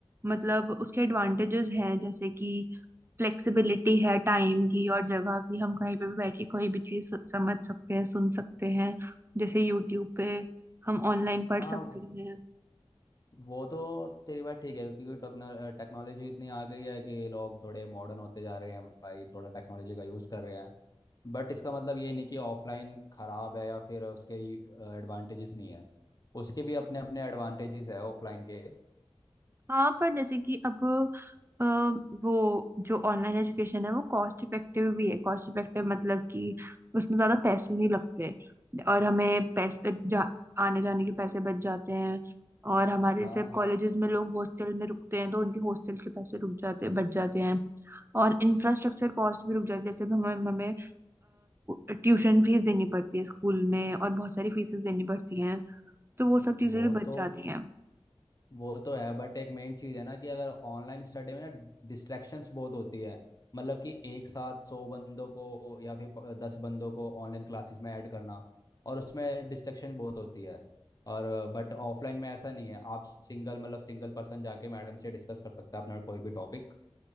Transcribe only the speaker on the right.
मतलब उसके एडवांटेजेस हैं जैसे कि फ्लेक्सिबिलिटी है टाइम की और जगह की हम कहीं पे भी बैठ के कोई भी चीज समझ सकते हैं सुन सकते हैं जैसे यूट्यूब पे हम ऑनलाइन पढ़
सकते हैं
हाँ पर जैसे कि अब अ, वो जो ऑनलाइन एजुकेशन है वो कॉस्ट इफेक्टिव भी है कॉस्ट इफेक्टिव मतलब कि उसमें ज्यादा पैसे नहीं लगते और हमें पैसे जा, आने जाने के पैसे बच जाते हैं और हमारे
जैसे कॉलेजेस में लोग हॉस्टल में रुकते हैं तो उनके हॉस्टल के पैसे रुक जाते बच जाते हैं और इंफ्रास्ट्रक्चर कॉस्ट भी रुक जाती है जैसे अब हमें हमें ट्यूशन फीस देनी पड़ती है स्कूल में और बहुत सारी फीसेस देनी पड़ती हैं तो वो सब चीजें
भी
बच जाती हैं